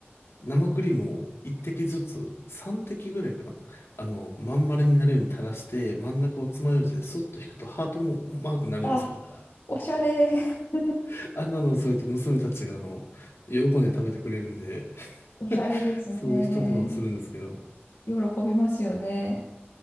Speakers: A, on the left (about 85°); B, on the left (about 70°).
A: 生クリームを一滴ずつ、三滴ぐらいかな。あの、まん丸になるように垂らして、真ん中を爪楊枝でスッと引くとハートもマークになるんですよ。
B: あ、おしゃれ。<laughs>
A: <laughs> あんなのをすると娘たちがあの、喜んで食べてくれるんで
B: おしゃれですね。
A: <laughs> そういう一手間をするんですけど。
B: 喜びますよね。